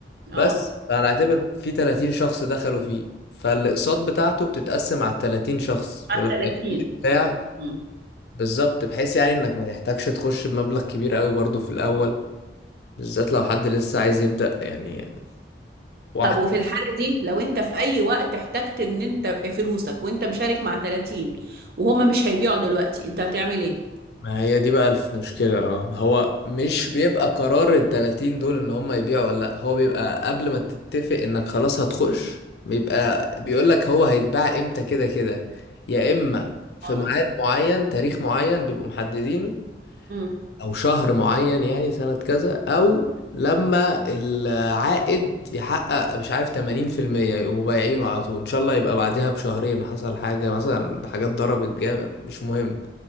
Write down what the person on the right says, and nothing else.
اه
على
30
مم.
طب وفي الحالة دي لو انت في اي وقت احتجت ان انت فلوسك وانت مشارك مع 30 وهما مش هيبيعوا دلوقتي انت هتعمل ايه؟
اه
امم